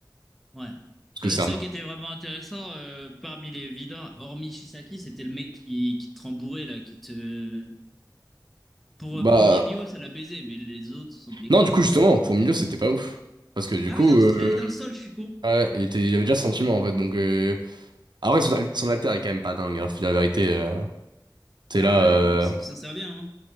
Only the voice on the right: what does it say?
Parce
que
c'est
un.
Bah.
Non,
du coup, justement,
pour Milo, c'était pas ouf. Parce que du
coup,
euh,
ouais, il était... il avait déjà ce sentiment, en fait. Donc, euh... Après, son, al- son alter est quand même pas dingue, hein, faut dire la vérité. euh, T'es
là,
euh,